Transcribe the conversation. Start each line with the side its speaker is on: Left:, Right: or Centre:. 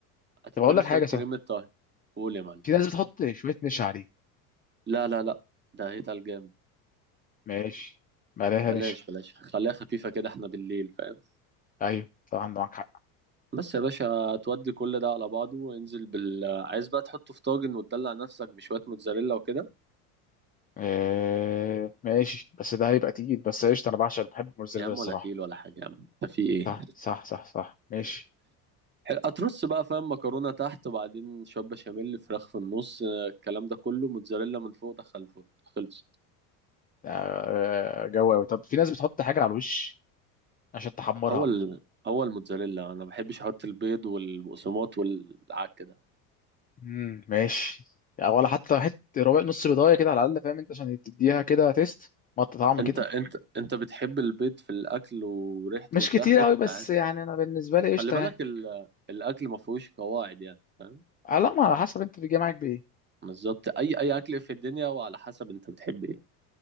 Right: هتديله
Left: طب اقول لك حاجه
Right: شويه كريمه
Left: صح
Right: طهي قول يا معلم
Left: في ناس بتحط شويه نشا عليه
Right: لا لا لا ده هيتقل جامد
Left: ماشي مالها
Right: بلاش
Left: نشا
Right: بلاش خليها خفيفه كده احنا بالليل فاهم
Left: ايوه طبعا معاك حق
Right: بس يا باشا تودي كل ده على بعضه وانزل بال عايز بقى تحطه في طاجن وتدلع نفسك بشوية موتزاريلا وكده
Left: آه ماشي بس ده هيبقى تقيل بس قشطة أنا بعشق بحب الموزاريلا
Right: يا عم
Left: الصراحة
Right: ولا كيل ولا حاجة يا عم انت في ايه
Left: صح صح صح صح ماشي
Right: هترص بقى فاهم مكرونة تحت وبعدين شوية بشاميل فراخ في النص آه، الكلام ده كله موتزاريلا من فوق دخل الفرن خلصت
Left: آه جو أوي طب في ناس بتحط حاجة على الوش عشان تحمرها
Right: هو ال... هو الموتزاريلا انا ما بحبش احط البيض والبقسماط والعك ده
Left: امم ماشي يعني ولا حتى حتة ربع نص بيضاية كده على الأقل فاهم أنت عشان تديها كده تيست مط طعم
Right: انت
Left: كده
Right: انت انت بتحب البيض في الاكل وريحته
Left: مش
Right: وبتاع
Left: كتير
Right: حط
Left: أوي بس
Right: عادي.
Left: يعني أنا بالنسبة لي قشطة
Right: خلي بالك
Left: يعني
Right: ال... الاكل ما فيهوش قواعد يعني فاهم
Left: آه، لا ما على حسب أنت بيجي معاك بإيه
Right: بالظبط اي اي اكل في الدنيا وعلى حسب انت بتحب ايه